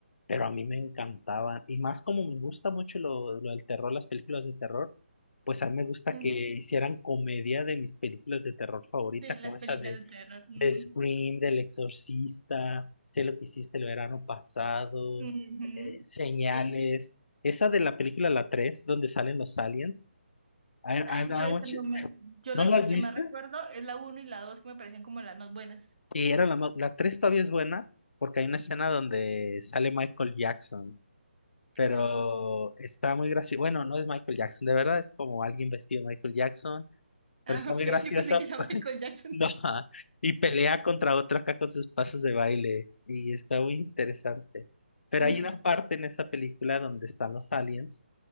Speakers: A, on the left (about 65°); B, on the right (about 40°).
A: pero a mí me encantaban. Y más como me gusta mucho lo, lo del terror, las películas de terror, pues a mí me gusta
B: Ujú.
A: que hicieran comedia de mis películas de terror favoritas,
B: De las
A: como esa
B: películas
A: de,
B: de terror. Ujú.
A: de Scream, del Exorcista, Sé lo que hiciste el verano pasado,
B: Ujú.
A: eh, Señales,
B: Sí.
A: esa de la película La 3 donde salen los aliens. I-
B: Ah,
A: I'm- I'm
B: yo esa
A: watch-
B: no me- yo
A: ¿No
B: la-
A: las
B: las que
A: viste?
B: más recuerdo es la uno y la 2 que me parecen como las más buenas.
A: Y era la, ma- la 3 todavía es buena porque hay una escena donde sale Michael Jackson pero
B: Ah.
A: está muy gracioso. Bueno, no es Michael Jackson, de verdad, es como alguien vestido de Michael Jackson,
B: Ah,
A: pero está
B: ok,
A: muy graciosa
B: yo pensé que era
A: <laughs>
B: Michael Jackson.
A: no, ajá, y pelea contra otro acá con sus pasos de baile y está muy interesante. Pero
B: No.
A: hay una parte en esa película donde están los aliens